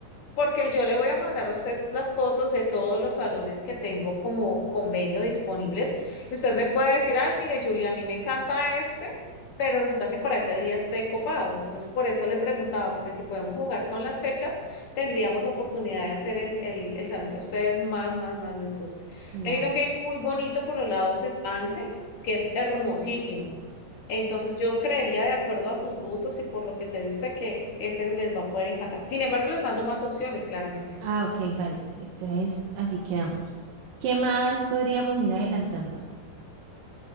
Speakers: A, on the left; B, on the right.
A: Porque yo le voy a mandar a usted las fotos de todos los salones que tengo como convenio disponibles. Y usted me puede decir, ay, mire, Julia, a mí me encanta este, pero resulta que para ese día esté copado. Entonces, por eso le preguntaba, porque si podemos jugar con las fechas, tendríamos oportunidad de hacer el, el, el salón que a ustedes más, más, más les guste.
B: Claro.
A: Hay uno que hay muy bonito por los lados de Pance, que es hermosísimo. Entonces yo creería de acuerdo a sus gustos y por lo que se dice usted que ese les va a poder encantar. Sin embargo, les mando más opciones, claramente.
B: Ah, ok, vale. Entonces, así quedamos. ¿Qué más podríamos ir adelantando?